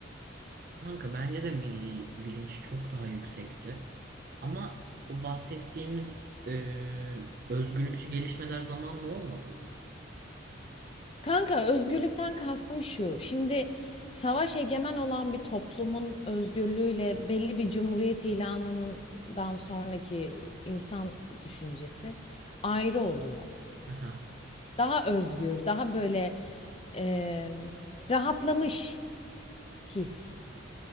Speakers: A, on the right; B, on the left.
A: Kanka bence de milli bilinç çok daha yüksekti. Ama o bahsettiğimiz e, özgürlükçü gelişmeler zamanla olmadı mı?
B: Kanka özgürlükten kastım şu. Şimdi savaş egemen olan bir toplumun özgürlüğüyle belli bir cumhuriyet ilanından sonraki insan düşüncesi ayrı oluyor.
A: Aha.
B: Daha özgür, daha böyle eee, rahatlamış his.